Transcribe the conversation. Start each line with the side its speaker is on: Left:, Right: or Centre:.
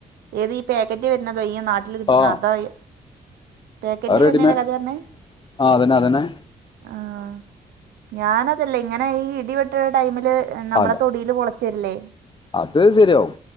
Right: ഏത് ഈ പാക്കറ്റ് വരണതോ ഈ നാട്ടില് കിട്ടി
Left: ആ
Right: അതാ ഈ പാക്കറ്റിവരണെന
Left: അത് റെഡിമേ
Right: കഥറഞ്ഞെ
Left: ആ അതന്നെ അതന്നെ
Right: ആഹ് ഞാനതല്ലഇങ്ങനെ ഈ ഇടിവെട്ടടൈമില് നമ്മളെ
Left: അല്ല
Right: തൊടില് മൊള ച്ചെല്ലെ
Left: അത് ശരിയാവും.